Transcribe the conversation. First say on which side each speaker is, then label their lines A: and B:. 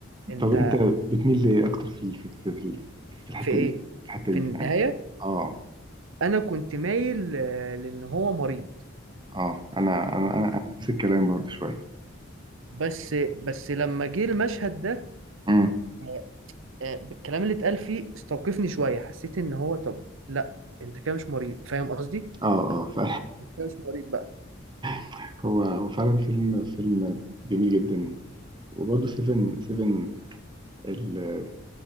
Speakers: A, on the right (about 85°); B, on the right (about 25°).
A: انت
B: طب انت بتميل لإيه أكتر في في في في في الحتة
A: في ايه
B: دي في الحتة دي
A: في النهاية
B: يعني اه
A: انا كنت مايل آه، لان هو مريض
B: اه أنا أنا أنا, أنا نفس الكلام برضه شوية
A: بس بس لما جه المشهد ده
B: امم
A: آه، آه، بالكلام اللي اتقال فيه استوقفني شوية حسيت ان هو طب لا انت كده مش مريض فاهم قصدي
B: اه اه ف...
A: انت كده مش مريض بقى
B: <laughs> هو هو فعلا فيلم فيلم جميل جدا وبرضه سيفن سيفن ال...